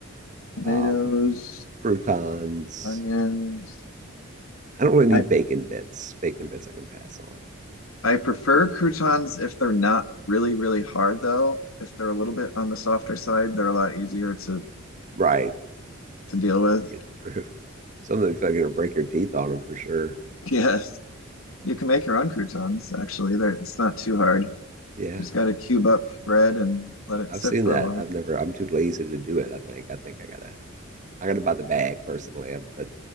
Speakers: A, on the left; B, on the right.
A: tomatoes,
B: Um, croutons.
A: onions.
B: I don't really need
A: I
B: bacon bits. Bacon bits I can pass on.
A: I prefer croutons if they're not really, really hard though. If they're a little bit on the softer side, they're a lot easier to
B: Right.
A: to deal with.
B: Get
A: <laughs>
B: through. <laughs> Some of them feel like gonna break your teeth on them for sure.
A: Yes, you can make your own croutons actually. They're, it's not too hard. You
B: Yeah.
A: just got to cube up bread and let it
B: I've
A: sit
B: seen
A: for
B: that.
A: a while.
B: I've never I'm too lazy to do it, I think. I think I gotta I gotta buy the bag personally. I- But